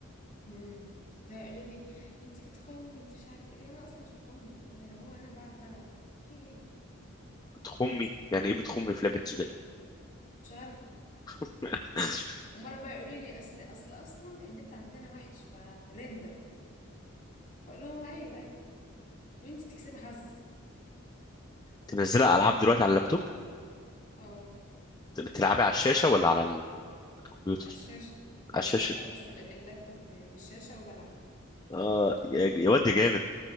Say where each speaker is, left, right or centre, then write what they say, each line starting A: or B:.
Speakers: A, on the left (about 40°); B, on the left (about 20°).
A: إمم، ده يقولوا لي: "أنتِ بتخمّي، أنتِ مش عارف إيه." أنا أصلًا مش باخُم والله، هو أنا باعرف ألعب، في إيه؟
B: بتخمي يعني ايه بتخمي في لعبه سباق
A: مش عارفة.
B: <laughs>
A: ومره بقى يقولوا لي اصل اصل اصلا النت عندنا وحش فريندر فاقول لهم ايوه ايوه يقولوا انت بتكسبي حظ
B: تنزلها العاب دلوقتي على اللابتوب
A: اه
B: بتلعبي على الشاشه ولا على الكمبيوتر
A: على الشاشه يعني
B: على الشاشه
A: بوصل اللابتوب ب- بالشاشه وبلعب
B: اه يا يا واد يا جامد